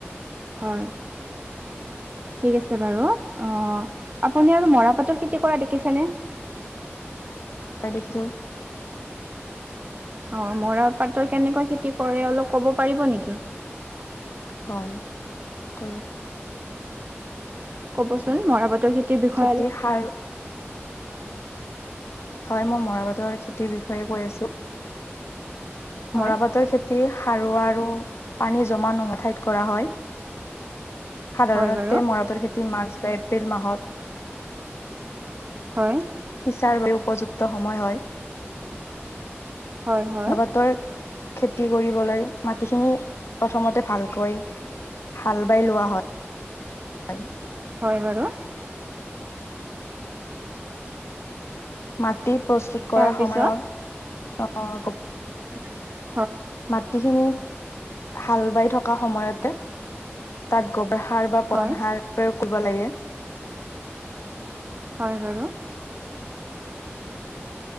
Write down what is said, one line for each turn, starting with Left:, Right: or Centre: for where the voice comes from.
Right: হয়। ঠিক আছে বাৰু, অ', আপুনি আৰু মৰাপাটৰ খেতি কৰা দেখিছেনে?
Left: অ', দেখিছোঁ।
Right: অ', মৰা পাটৰ কেনেকৈ খেতি কৰে অলপ কব পাৰিব নিকি।
Left: হয়, ক
Right: কবচোন মৰা পাটৰ খেতিৰ বিষযে
Left: খেতি
Right: অলপ।
Left: সাৰ হয়, মই মৰাপাটৰ খেতিৰ বিষয়ে কৈ আছো,
Right: হয়
Left: মৰাপাটৰ খেতি সাৰুৱা আৰু পানী জমা নুহা ঠাইত কৰা হয়। সাধাৰণতে
Right: হয় বাৰু
Left: মৰাটোৰ খেতি মাৰ্চ বা এপ্ৰিল মাহত
Right: হয়।
Left: সিচাৰ বৰ উপযুক্ত সময় হয়।
Right: হয় হয়
Left: লগত খেতি কৰিবলৈ মাটিখিনি প্ৰথমতে ভালকৈ হাল বাই লোৱা হয়-হয়।
Right: হয় বাৰু।
Left: মাটি প্ৰস্তুত
Right: তাৰপিছত
Left: কৰা সময়ত অহ,
Right: <unintelligible>
Left: মাটিখিনি হাল বাই থকা সময়তে। তাত গোবৰ সাৰ বা
Right: হয়
Left: পন সাৰ কব লাগে।
Right: হয় বাৰু।